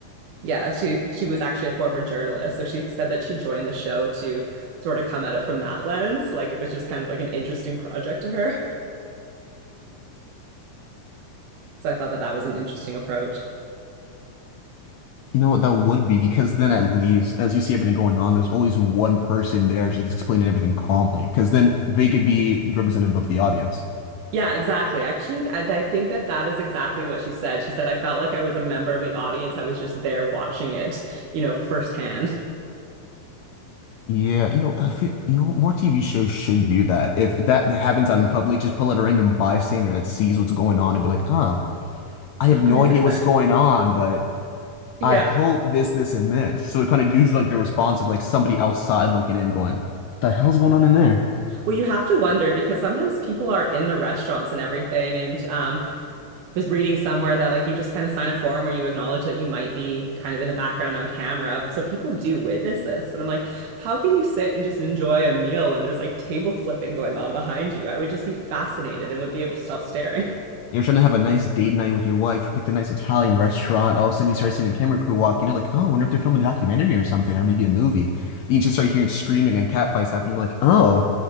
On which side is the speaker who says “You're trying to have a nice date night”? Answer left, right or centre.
Left